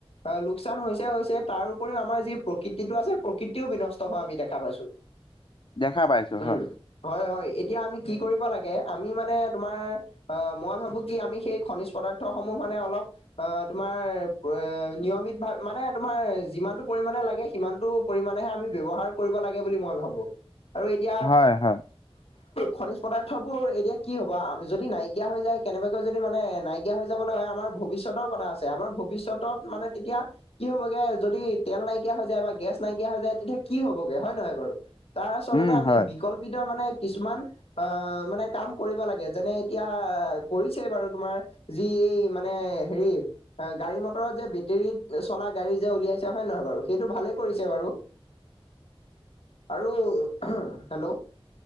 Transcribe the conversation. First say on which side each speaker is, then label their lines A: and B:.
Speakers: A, on the left (about 70°); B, on the left (about 50°).
A: অ', লোকচান হৈছে হৈছে তাৰ উপৰিও আমাৰ যি প্ৰকৃতিটো আছে প্ৰকৃতিও বিনষ্ট হোৱা আমি দেখা পাইছো। <inaudible>
B: দেখা পাইছো
A: উম,
B: হয়।
A: হয়, হয়, এতিয়া আমি কি কৰিব লাগে। আমি মানে তোমাৰ আহ মই ভাবো কি, আমি সেই খনিজ পদাৰ্থসমূহ মানে অলপ অ', তোমাৰ নিয়মিত ভাৱ মানে তোমাৰ যিমানটো পৰিমামানে লাগে। কিমানতটো পৰিমমানেহে আমি ব্যৱহাৰ কৰিব লাগে বুলি মই ভাবো আৰু এতিয়া
B: হয়, হয়,
A: খনিজ পদাৰ্থ বোৰ এতিয়া কি হ'ব যদি নাইকিয়া হৈ যায়। কেনেবাকৈ যদি মানে নাইকিয়া হৈ য যাবলৈ হয়। আমাৰ ভৱিষ্যতৰ কথা আছে আমাৰ ভৱিষ্যতত মানে তেতিয়া কি হ'বগে যদি তেল নাইকিয়া হৈ যায় বা গেছ নাইকিয়া হৈ যায়। তেতিয়া কি হ'বগে হয় নে নহয় বাৰু তাৰ আচলতে
B: উম,
A: আমি
B: হয়,
A: বিকল্পিত মানে কিছুমান আহ মানে কাম কৰিব লাগে যেনে এতিয়া কৰিছেই বাৰু তোমাৰ যি এই মানে হেৰি গাড়ী মটৰত যে বেটেৰীত চলা গাড়ী যে উলিয়াইছে হয়ে নহয় বাৰু সেইটো ভালে কৰিছে বাৰু। আৰু হেল্ল'।